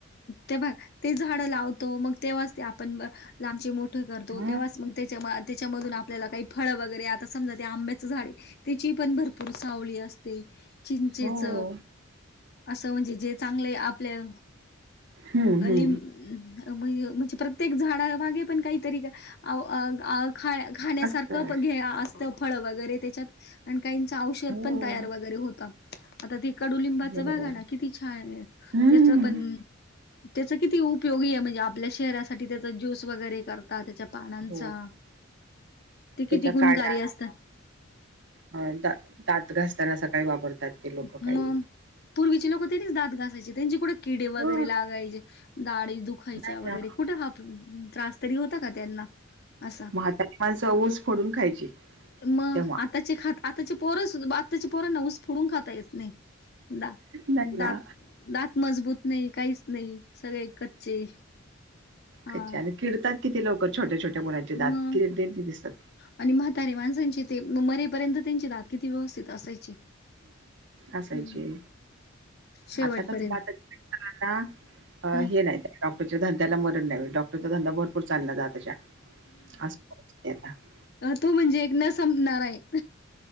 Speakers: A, on the left (about 55°); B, on the right (about 65°).
A: ते बघ ते झाडं लावतो मग तेव्हाच ते आपण लांबचे मोठे करतो
B: हा
A: तेव्हाच मग त्याच्या त्याच्यामधून आपल्याला काही फळ वगैरे आता समजा ते आंब्याचं झाडे त्याची पण भरपूर सावळी असते चिंचेच
B: हो.
A: असं म्हणजे जे चांगले आपल्या
B: हम्म
A: अं
B: हम्म
A: म्ह म्हणजे प्रत्येक झाडामागे पण काहीतरी अव अग अग खाण्या खाण्यासारखं
B: असतय.
A: पघे असतं फळ वगैरे त्याच्यात आणि काहींचा औषध
B: हो.
A: पण तयार वगैरे होत. आता ते कडुलि
B: बरोबर.
A: ते बघा ना, किती छान आहे.
B: हम्म.
A: त्याच पण त्याच किती उपयोगी आहे, म्हणजे आपल्या शरीरासाठी त्याचा ज्यूस वगैरे कर ता त्याच्या पानांचा,
B: हो
A: ते किती
B: त्याच्या
A: तरी गुणकारी
B: काड्या
A: असत.
B: अ दा दात घासताना सकाळी वापरतात. ते लोक
A: हूं
B: काही.
A: पूर्वीचे लोक त्यांनीच दात घासायचे, त्यांची कुठं किडे वगैरे
B: हो
A: लागायचे? दाडि दुखायच्या
B: नाही
A: वगैरे
B: ना.
A: कुठं हा त्रास तरी होता का त्यांना? असा
B: म्हातारी माणसं ऊस फोडून खायचे
A: मग
B: तेव्हा.
A: आताचे खात आताची पोरं आताची पोरांना ऊस फोडून खाता येत नाही. दा
B: नाही
A: दात
B: ना.
A: दात मजबूत नाही काहीच नाही सगळे कच्चे हा
B: त्याचानं किडतात किती लवकर छोट्या छोट्या मुलांचे दात,
A: मग
B: किडलेले दिसतात.
A: आणि म्हातारे माणसांची ते मरेपर्यंत त्यांची दात किती व्यवस्थित असाय. छे
B: असायचे
A: हं शेवटपर्यंत
B: आता <unintelligible> हं
A: ह
B: हे नाही त्या डॉक्टरच्या धंद्याला मरण नाही, डॉक्टरचा धंदा भरपूर चालणार ये आताच्या. अस आता <unintelligible>
A: ऋतू म्हणजे एक न संपणार आहे.